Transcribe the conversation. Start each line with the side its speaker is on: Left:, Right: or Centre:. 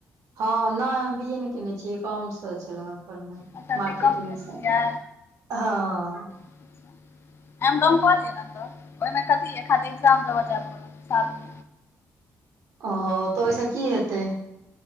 Right: हां नै हम बी ए नै केनय छीयै एकाउंट से छै। केलौ यै पर नै
Left: अच्छा
Right: मार्केटिंग
Left: बी कॉम केने
Right: से
Left: छियै
Right: हां।
Left: अच्छा एम कॉम क लिअ नै त ओय मे कथी यै खाली एग्जाम देबा जाय परत साल मे
Right: औ तै ओय से की हेतै?